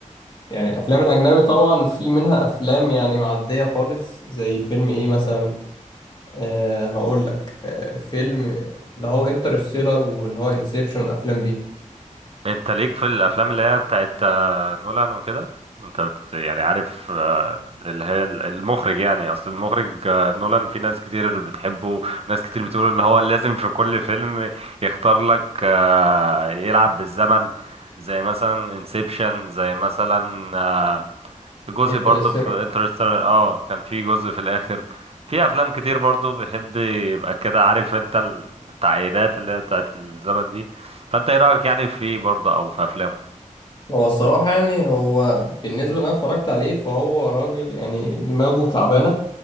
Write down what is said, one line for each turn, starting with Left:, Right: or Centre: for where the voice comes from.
Left: يعني الافلام الاجنبي طبعا في منها افلام يعني معدية خالص زي فيلم ايه مثلا أه هقول لك أه فيلم اللي هو انترستيلر واللي هو انسبشن الافلام دي
Right: انت ليك في الافلام اللي هي بتاعت آه، نولان وكده انت بت... يعني عارف آه، اللي هي ال- المخرج يعني اصل المخرج آه، نولان في ناس كتير بتحبه ناس كتير بتقول ان هو لازم في كل فيلم يختار لك آه، يلعب بالزمن زي مثلا انسبشن زي مثلا آه، جزء
Left: انترستيلر
Right: برضو في انترستيلر اه كان في جزء في الاخر في افلام كتير برضو بيحب يبقى كده عارف انت التعقيدات اللي هي بتاعت الزمن دي فانت ايه رايك يعني في برضو او في افلامه
Left: هو الصراحة يعني هو بالنسبة اللي أنا اتفرجت عليه فهو راجل يعني دماغه تعبانة